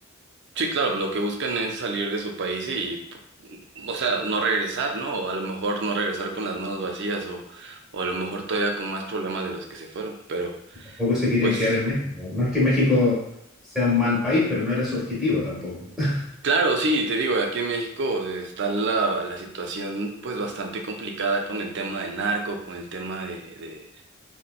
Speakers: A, on the right; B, in the centre.
A: Sí, claro, lo que buscan es salir de su país y, po- o sea, no regresar, ¿no? O a lo mejor no regresar con las manos vacías o, o a lo mejor todavía con más problemas de los que se fueron. Pero,
B: Tampoco se querían
A: pues,
B: quedar en México. No es que México sea un mal país, pero no era su objetivo tampoco. <laughs>
A: claro, sí, te digo, aquí en México está la, la situación pues bastante complicada con el tema del narco, con el tema de, de,